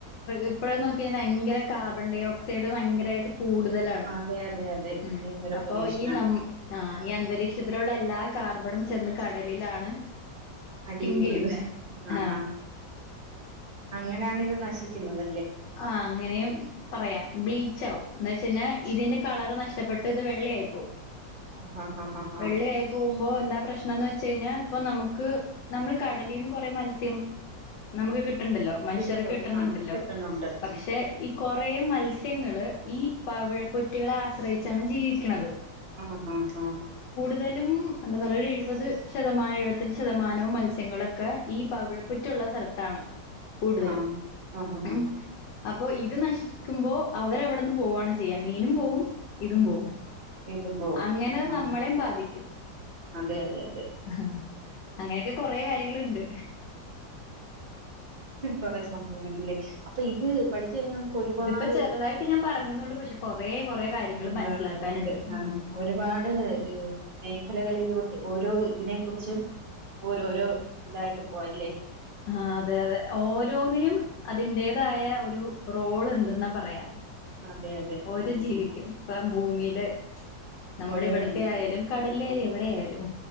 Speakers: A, on the left; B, on the right.
A: ഇപ്പോഴ നോക്കിയാൽ ഭയങ്കര കാർബൺ ഡയ ഓക്സൈഡ് ഭയങ്കരമായിട്ട് കൂടുതലാണ്
B: അതെ അതെ അതെ
A: ഉം
B: ഭയങ്കര
A: അപ്പൊ
B: പൊല്യൂഷനാണ്
A: ഈ ന ആ ഈ അന്തരീക്ഷത്തിലുള്ള എല്ലാ കാർബണും ചെന്ന് കടലിലാണ്
B: അടിയുന്നത്
A: സിങ്ക് ചെയ്യുന്നെ
B: ആഹ
A: ആഹ്
B: അങ്ങനെയാണ് ഇത് നശിക്കുന്നത്
A: ആ അങ്ങനെ പറയാം ബ്ലീച്ച് ആവും എന്ന് വെച്ച് കഴിഞ്ഞാൽ ഇതിന്റെ കളർ നഷ്ടപ്പെട്ട് ഇത് വെള്ളയായി പോകും
B: ആഹ് ആഹ് ആഹ് ആഹ്
A: വെള്ളയായി
B: ആഹ്
A: പോകുമ്പോ എന്താ പ്രശ്നംന്ന് വെ ച്ച് കഴിഞ്ഞാൽ ഇപ്പ നമുക്ക് നമ്മൾ കടലിന്ന് കൊറേ മത്സ്യം നമുക്ക് കി ണ്ടല്ലോ മനുഷ്യർക്ക്
B: കിട്ടും
A: കിട്ടുന്നുണ്ടല്ലോ
B: ആഹ് കിട്ടുന്നുണ്ട് ആഹ്
A: പക്ഷെ ഈ കോറേ മത്സ്യങ്ങൾ ഈ പവിഴപ്പൊറ്റുകളളെ ആശ്രയിച്ചാണ് ജീവിക്കുന്നത്
B: ഹാ ഹാ ഹാ
A: കൂടുതലും എന്താ പറയ ഒരു എഴുപത് ശതമാനം എഴുപത്തഞ്ച് ശതമാനവും മത്സ്യങ്ങളൊക്കെ ഈ പവിഴപ്പുറ്റുള്ള സ്ഥലത്താണ് കൂടുതലും
B: ആ ഹാ ഹാ
A: ഉം
B: ഹാ
A: അപ്പൊ ഇത് നശിക്കുമ്പോ അവര് അവിടെന്ന് പോവാണ് ചെയ്യ മീനും പോവും ഇതും പോവും
B: ഇതും പോവും
A: അങ്ങനെ
B: ആഹ്
A: നമ്മളെയും ബാധിക്കും
B: അതെ അതെ അതെ
A: ആ അങ്ങനെയൊക്കെ കൊറെ കാര്യങ്ങുണ്ട്
B: കൊറ സംഭവങ്ങളല്ലേ അപ്പൊ ഇത് പഠിച്ചു കഴിഞ്ഞാൽ നമുക്ക് ഒരുപാട്
A: ഇതിപ്പോ ചെറുതായിട്ട് ഞാൻ പറഞ്ഞുന്നുള്ളൂ പക്ഷെ കൊറേ കൊറേ കാര്യങ്ങൾ
B: ഉണ്ട
A: മനസ്സിലാക്കാനുണ്ട്
B: ഉണ്ട് ഉണ്ട്
A: ഉം
B: ആ ഒരുപാട് മേഖലകളിലോട്ട് ഓരോ ഇതിനെ കുറിച്ചും ഓരോരോ ഇതായിട്ട് പോവാല്ലേ
A: ആ അതെ അതെ ഓരോന്നിനും അതിന്റേതായ ഒരു റോൾ ഉണ്ടെന്ന് പറ പറയാ
B: അതെ അതെ
A: ഓരോ
B: ആഹ് ആഹ്
A: ജീവിക്കും
B: ആഹ്
A: ഇപ്പ ഭൂമിയില് നമ്മുടെ
B: ഓരോ
A: ഇവിടത്തെ
B: ജീവിക്കും
A: ആയാലും കടലിലായാലും എവിടെ ആയാലും